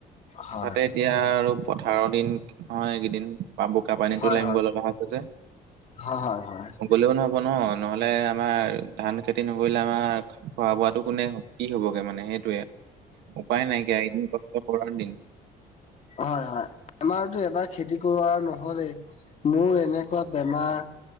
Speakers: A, on the left; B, on the right.
A: হয়
B: তাতে এতিয়া আৰু পথাৰৰ দিন নহয় এই কেইদিন। পা বোকা পানীতোলে
A: হয়
B: আনিব
A: হয়
B: লগা হ'ব যে।
A: হয় হয়
B: গ'লেও নহ'ব ন' নহ'লে আমাৰ ধান খেতি নকৰিলে আমাৰ খোৱা বোৱাটো কোনে কি হ'বগে মানে। মানে সেইটোৱে উপায় নাইকিয়া এদিন কষ্ট কৰাৰ দিন।
A: হয়-হয় আমাৰতো এবাৰ খেতি কৰোৱা নহলেই মোৰ এনে <unintelligible> বেমাৰ